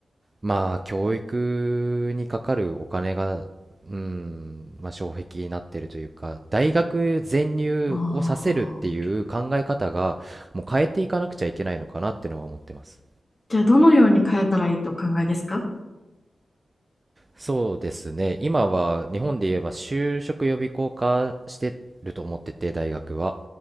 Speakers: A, on the right; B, on the left.
A: まあ、教育にかかるお金が、うん、まあ、障壁になってるというか、大学全入をさせるっていう考え方が、
B: ああ
A: もう変えていかなくちゃいけないのかなってのは思ってます。
B: ー。じゃあ、どのように変えたらいいとお考えですか
A: そうですね、今は日本で言えば就職予備校化してると思ってて、大学は、